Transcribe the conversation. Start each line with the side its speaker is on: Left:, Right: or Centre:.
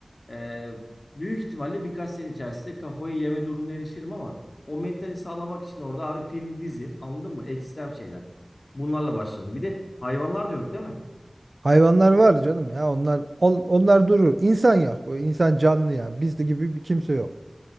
Left: Ee, büyük ihtimalle birkaç sene içerisinde kafayı yeme durumuna erişirim ama o mentali sağlamak için orada abi film, dizi anladın mı? Ekstrem şeyler. Bunlarla başlarım. Bir de hayvanlar da yok değil mi?
Right: hayvanlar var canım ya onlar on- onlar durur. İnsan yok. Bu insan canlı ya. Bizde gibi bir kimse yok.